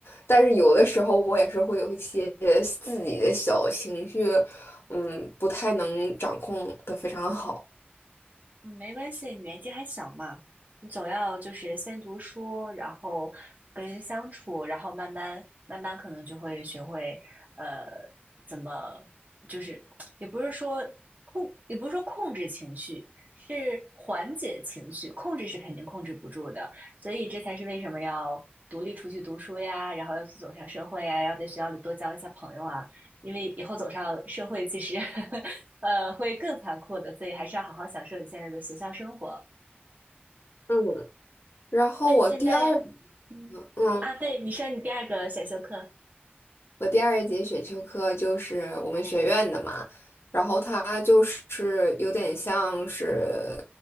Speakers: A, on the left; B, on the right.
A: 但是有的时候我也是会有一些自己的小情绪。嗯，不太能掌控的非常好。
B: 嗯，没关系，你年纪还小嘛，你总要就是先读书，然后跟人相处，然后慢慢慢慢可能就会学会，呃，怎么就是也不是说控，也不是说控制情绪，是缓解情绪，控制是肯定控制不住的，所以这才是为什么要独立出去读书呀，然后要去走向社会呀，要在学校里多交一些朋友啊，因为以后走上社会，其实 <laughs> 呃，会更残酷的，所以还是要好好享受你现在的学校生活。
A: 嗯然后我第二节
B: 那你现在，嗯，
A: 课嗯，
B: 啊，对，你说你第二个选修课，
A: 我第二节选修课就是我们学院的嘛，然后它就是有点像是，